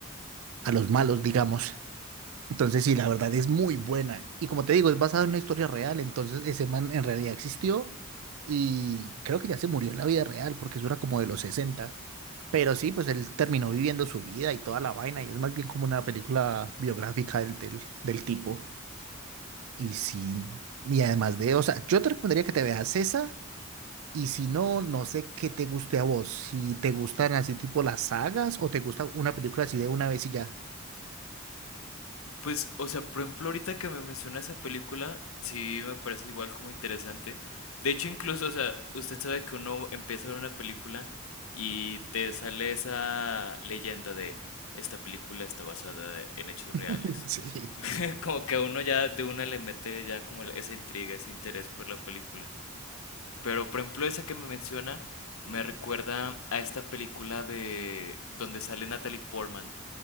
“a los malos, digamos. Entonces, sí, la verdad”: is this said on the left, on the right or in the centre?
Right